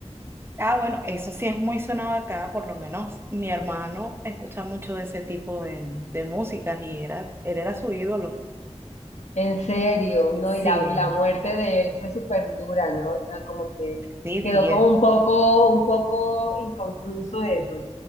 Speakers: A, on the right; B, on the left.
A: Ah, bueno, eso sí es muy sonado acá, por lo menos mi hermano escucha mucho de ese tipo de, de músicas y era, él era su ídolo.
B: En serio, ¿no?
A: Sí,
B: Y la, y la muerte de él fue súper dura, ¿no? O sea, como que
A: sí,
B: quedó
A: sí,
B: como
A: es.
B: un poco, un poco inconcluso eso.